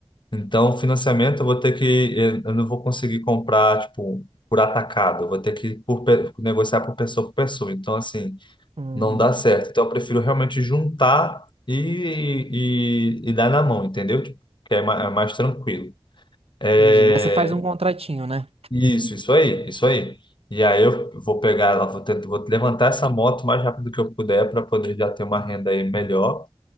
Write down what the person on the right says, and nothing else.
Hum,
Entendi. Mas você faz um contratinho, né?